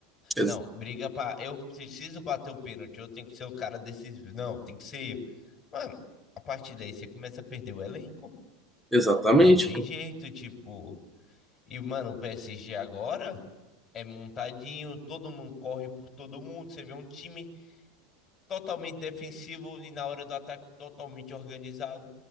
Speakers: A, in the centre; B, on the left.
A: Ex-
B: Não, briga pra. Eu preciso bater o pênalti, eu tenho que ser o cara decisivo. Não, tem que ser eu. Mano, a partir daí você começa a perder o elenco.
A: exatamente,
B: Não tem
A: pô.
B: jeito, tipo. E, mano, o PSG agora é montadinho, todo mundo corre por todo mundo. Você vê um time totalmente defensivo e na hora do ataque totalmente organizado.